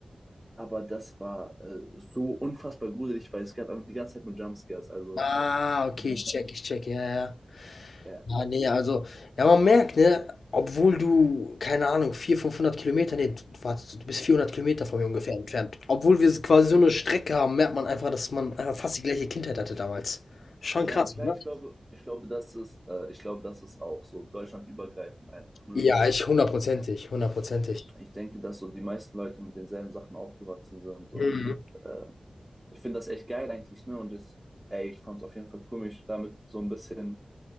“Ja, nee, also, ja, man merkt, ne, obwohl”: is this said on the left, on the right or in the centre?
Left